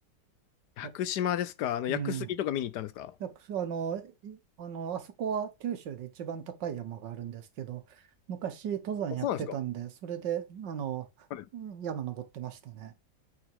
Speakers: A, on the left; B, on the right.
A: 屋久島ですかあの、
B: やうん。
A: 屋久杉とか見に行ったんですか
B: 屋久あの、いあの、あそこは九州で一番高い山があるんですけど、昔登山やってたんで、
A: あ、そうなんですか。
B: それで、あの、
A: はい。
B: うん山登ってましたね。